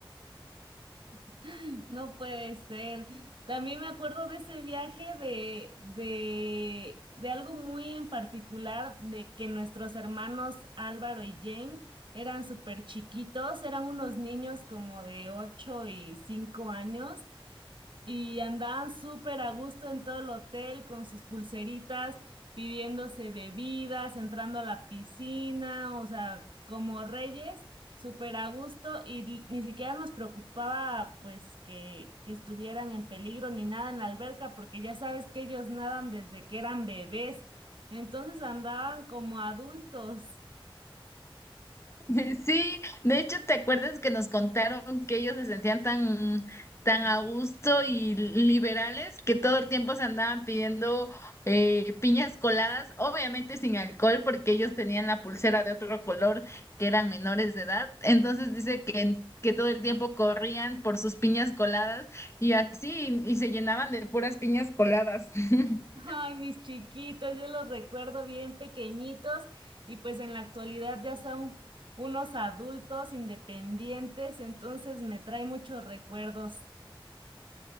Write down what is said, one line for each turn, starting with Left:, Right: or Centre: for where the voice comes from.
Right: <laughs> No puede ser. También me acuerdo de ese viaje de, de, de algo muy en particular, de que nuestros hermanos Álvaro y Jane eran súper chiquitos, eran unos niños como de 8 y 5 años, y andaban súper a gusto en todo el hotel con sus pulseritas, pidiéndose bebidas, entrando a la piscina, o sea, como reyes, súper a gusto y li- ni siquiera nos preocupaba pues que, que estuvieran en peligro ni nada en la alberca, porque ya sabes que ellos nadan desde que eran bebés, entonces andaban como adultos.
Left: <laughs> Sí, de hecho, ¿te acuerdas que nos contaron que ellos se sentían tan, tan a gusto y liberales que todo el tiempo se andaban pidiendo eh, piñas coladas, obviamente sin alcohol, porque ellos tenían la pulsera de otro color, que eran menores de edad? Entonces dice que, que todo el tiempo corrían por sus piñas coladas y así, y se llenaban de puras piñas coladas. <laughs>
Right: Ay, mis chiquitos, yo los recuerdo bien pequeñitos y pues en la actualidad ya son unos adultos independientes, entonces me trae muchos recuerdos.